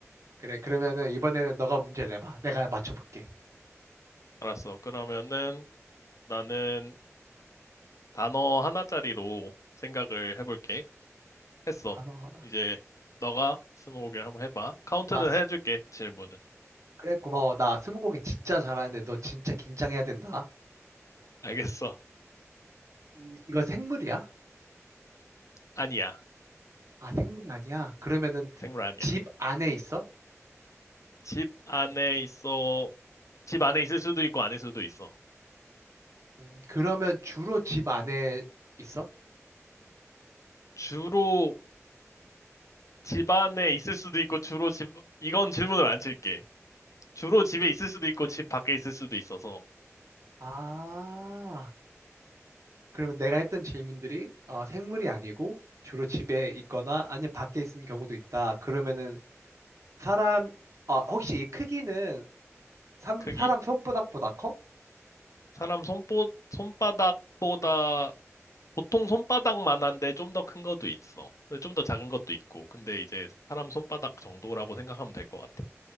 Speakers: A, on the right; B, on the left.
A: 그래, 그러면은 이번에는 너가 문제를 내봐. 내가 맞춰볼게.
B: 알았어. 그러면은 나는 단어 하나짜리로 생각을 해볼게. 했어.
A: 단어 하나.
B: 이제 너가 스무고개를 한번 해봐. 카운트는
A: 나, 스-
B: 해줄게, 질문은.
A: 그래, 고마워. 나 스무고개 진짜 잘하는데 너 진짜 긴장해야 된다.
B: 알겠어.
A: 음, 이거 생물이야?
B: 아니야.
A: 아, 생물이 아니야. 그러면은
B: 생물 아니야.
A: 집 안에 있어?
B: 집 안에 있어. 집 안에 있을 수도 있고 아닐 수도 있어.
A: 음, 그러면 주로 집 안에 있어?
B: 주로 집 안에 있을 수도 있고 주로 집, 이건 질문을 안 칠게. 주로 집에 있을 수도 있고 집 밖에 있을 수도 있어서
A: 아, 그러면 내가 했던 질문들이 어, 생물이 아니고 주로 집에 있거나 아니면 밖에 있는 경우도 있다. 그러면은 사람, 어, 혹시 이 크기는 삼-
B: 크기?
A: 사람 손바닥보다 커?
B: 사람 손보, 손바닥보다 보통 손바닥만한데 좀 더 큰 것도 있어. 좀 더 작은 것도 있고. 근데 이제 사람 손바닥 정도라고 생각하면 될 것 같아.